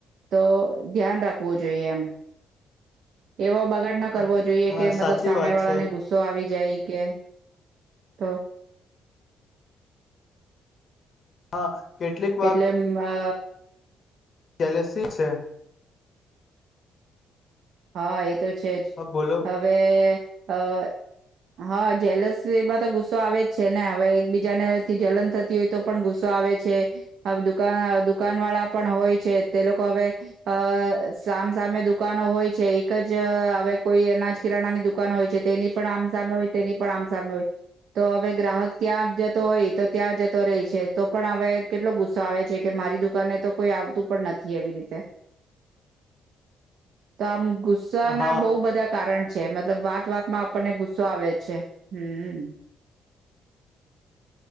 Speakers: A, on the right (about 70°); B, on the left (about 50°).
A: તો ધ્યાન રાખવું જોઈએ એમ એવો બગાડ ના કરવો
B: હા
A: જોઈએ. કે મતલબ
B: સાચી
A: સામે
B: વાત
A: વાળા
B: છે
A: ને ગુસ્સો આવી જાય. કે તો
B: હા. કેટલીક
A: એટલે અ
B: કેલેસી છે.
A: હા એ તો છે જ
B: હા, બોલો
A: હવે. અ હા જેલસ એમાં તો ગુસ્સો આવે જ છે ને હવે એકબીજાનેથી જલન થતી હોય તો પણ ગુસ્સો આવે છે હવે દુ દુકાન વાળા પણ હોય છે તે લોકો હવે અ સામસામે દુકાનો હોય. એક જ હવે કોઈ અનાજ કિરાણાની દુકાન હોય છે તે એની પણ આમ સામે ન હોય તેની પણ આમ સાારનો હોય તો હવે ગ્રાહક ત્યાં જતો હોય તો ત્યાં જતો રહે છે તો પણ હવે કેટલો ગુસ્સો આવે છે કે મારી દુકાનને તો કોઈ આવતું પણ નથી એવી રીતે તમ ગુસ્સા
B: હા
A: ના બહુ બધા કારણ છે મતલબ વાત વાતમાં આપણને ગુસ્ ગુસ્સો આવે છે હમ.